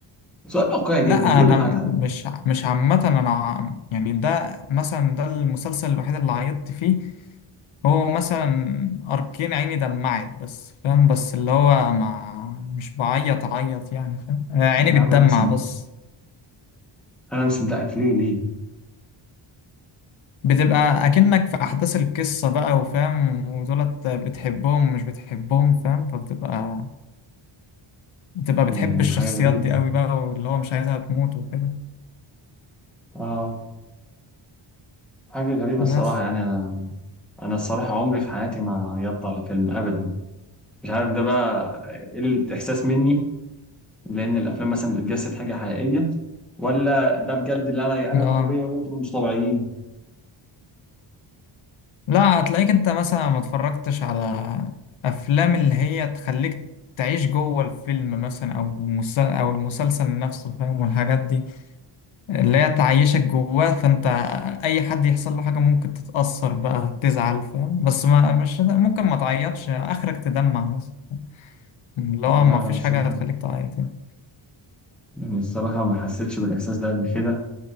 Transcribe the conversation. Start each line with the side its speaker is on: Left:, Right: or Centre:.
Centre: سؤال واقعي جدا
Left: لا
Centre: ليه
Left: انا
Centre: بتعيط على الافلام
Left: مش مش عامة انا عم- يعني ده مثلا ده المسلسل الوحيد اللي عيطت فيه هو مثلا اركين عيني دمعت بس فاهم بس اللي هو ما مش بعيط عيط يعني فاهم آه، عيني
Centre: يا عم
Left: بتدمع
Centre: انا مصدق
Left: بس
Centre: انا مش مصدقك ليه ليه
Left: بتبقى اكنك في احداث القصة بقى وفاهم ودولت بتحبهم مش بتحبهم فاهم فبتبقى بتبقى بتحب
Centre: مم،
Left: الشخصيات
Centre: حاجه غريبه
Left: دي قوي بقى واللي هو مش عايزها تموت وكده
Centre: اه حاجه غريبه
Left: بس
Centre: الصراحه يعني انا انا الصراحه عمري في حياتي ما عيطت على فيلم ابدا مش عارف ده بقى قله احساس مني لان الافلام مثلا بتجسد حاجه حقيقيه ولا ده بجد اللي انا انا
Left: اه
Centre: الطبيعي وانتم مش طبيعيين
Left: لا هتلاقيك انت مثلا ما اتفرجتش على افلام اللي هي تخليك تعيش جوه الفيلم مثلا او المس- او المسلسل نفسه فاهم والحاجات دي اللي هي تعيشك جواه فانت اي حد يحصل له حاجه ممكن تتاثر بقى تزعل فاهم بس ما مش ممكن ما تعيطش اخرك تدمع مثلا اللي
Centre: والله
Left: هو ما فيش
Centre: انا الصراحه
Left: حاجه هتخليك تعيط يعني
Centre: يعني الصراحه ما حسيتش بالاحساس ده قبل كده